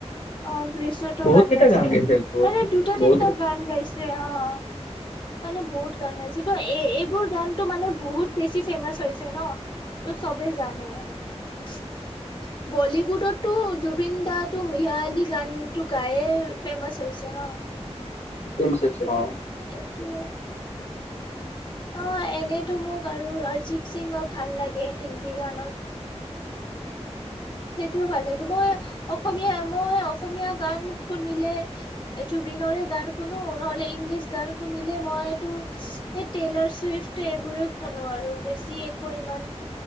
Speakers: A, on the left; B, on the left.
A: অ গ্ৰীচটো
B: বহুত
A: গান
B: কেইটা
A: গাইছে
B: বহুত
A: মানে দুটা
B: বহুত
A: তিনিটা গান গাইছে অ অ মানে বহুত গান গাইছেটো এ এইবোৰ গানটো মানে বহুত বেছি ফেমাচ হৈছে ন, ত' চবেই জানে <inaudible> বলীউডতটো জুবিন দা ইয়া আলি গানটো গায়ে ফেমাচ হৈছে ন। <inaudible>
B: তেমচ আছে অঁ।
A: এইটোৱে। অ এনেতো মোক আৰু অৰ্জিত সিঙো ভাল লাগে হিন্দী গানত। সেইটোও ভাল লাগে মই অসমীয়া মই অসমীয়া গান শুনিলে এই জুবিনৰে গান শুনো নহলে ইংলিছ গান শুনিলে মই এইটো এই টেইলাৰ চুইফট এইবোৰে শুনো আৰু বেছি একো ইমান